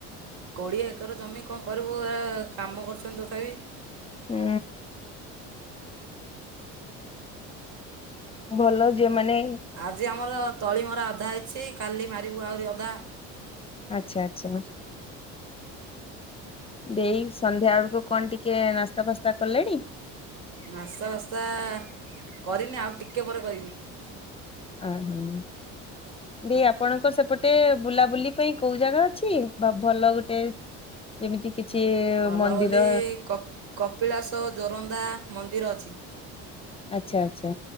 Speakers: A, on the right; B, on the left.
A: କୋଡ଼ିଏ ଏକର ଜମି କଣ କରିବୁ? ଏ କାମ କରୁଛନ୍ତି ତଥାପି।
B: ହୁଁ। ଭଲ ଯେଉମାନେ।
A: ଆଜି ଆମର ତଳିମରା ଅଧା ହେଇଛି କାଲି ମାରିବୁ ଆହୁରି ଅଧା।
B: ଆଚ୍ଛା ଆଚ୍ଛା <unintelligible> ଦେଇ ସନ୍ଧ୍ୟା ବେଳକୁ କଣ ଟିକେ ନାସ୍ତା ଫାସ୍ତା କଲେଣି?
A: ନାସ୍ତା ଫାସ୍ତା କରିନି ଆଉ ଟିକେ ପରେ କରିବି।
B: ଆଁ ହଁ। ଦେଇ ଆପଣଙ୍କର ସେପଟେ ବୁଲାବୁଲି ପାଇଁ କୋଉ ଜାଗା ଅଛି ବ ଭଲ ଗୁଟେ? ଯେମିତି କିଛି।
A: ଉଁ ଭଲ
B: ମନ୍ଦିର
A: ବୋଲି କ-କପିଳାସ, ଜୋରନ୍ଦା ମନ୍ଦିର ଅଛି।
B: ଆଚ୍ଛା ଆଚ୍ଛା